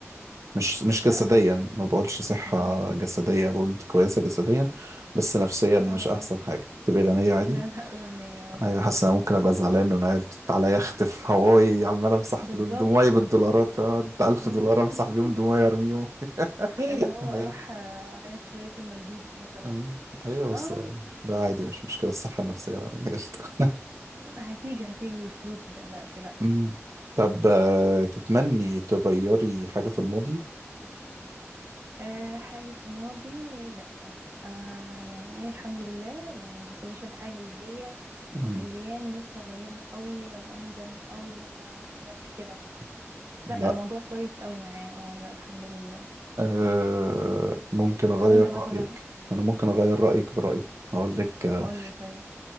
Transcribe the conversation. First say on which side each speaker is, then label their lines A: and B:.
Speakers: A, on the right (about 90°); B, on the right (about 65°).
A: مش مش
B: لا
A: جسديا
B: غنية
A: ما بقولش صحة
B: غنية
A: جسدية بقول انت كويسة جسديا بس نفسيا مش
B: آه
A: احسن حاجة تبقي غنية عادي
B: لا لا غنية آه.
A: ايوه حاسس إن انا ممكن ابقى زعلان وانا قاعد على يخت في هواي عمال امسح
B: بالظبط
A: فلوس دموعي
B: بالظبط
A: بالدولارات أقعد 1000
B: <laughs>
A: دولار امسح بيهم دموعي ارميهم <laughs>
B: اللي هو
A: أنا-
B: اروح آه، اعيط شويه في المالديفز مثلا
A: أمم، ايوه بس
B: اه
A: ده عادي مش مشكلة الصحة النفسية <laughs> قشطة
B: هتيجي هتيجي بالفلوس ما تقلقش لا
A: مم. طب آه، تتمني تغيري حاجة في الماضي؟
B: أه حاجه في الماضي لا انا يعني ايه الحمد لله يعني ما حصلش الحاجه اللي هي
A: مم.
B: مخلياني نفسي اغيرها قوي او اندم قوي ان انا عملت كده
A: لا
B: لا الموضوع كويس قوي معايا اه لا الحمد لله
A: آه، ممكن أغير
B: طب انت مثلا
A: رأيك أنا ممكن أغير رأيك برأيي هقول لك
B: طب
A: آه،
B: قول لي طيب